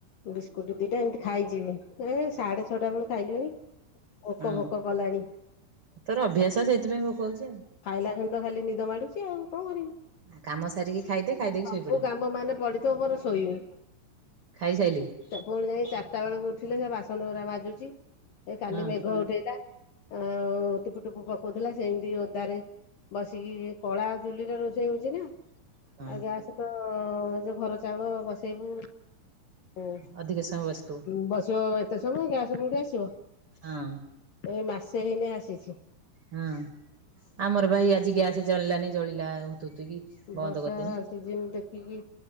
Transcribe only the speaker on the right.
ହଁ
ତୋର ଅଭ୍ୟାସ ସେଇଥିପାଇଁ ଭୋକ ହଉଚି ଆଉ।
କାମ ସାରିକି ଖାଇଦେ। ଖାଇଦେଇକି
ଶୋଇପଡିବୁ
ଖାଇସାଇଲି।
ହୁଁ
ହୁଁ
ଅଧିକ ସମୟ ବସିଥିବୁ।
ହଁ
ହଁ ଆମର ଭାଇ ଆଜି ଆସେ ରେ ଚଳିଲାନି ଜଳିଲା ହଉଥୁଥୁ କି,
ବନ୍ଦ
କରିଦେନି।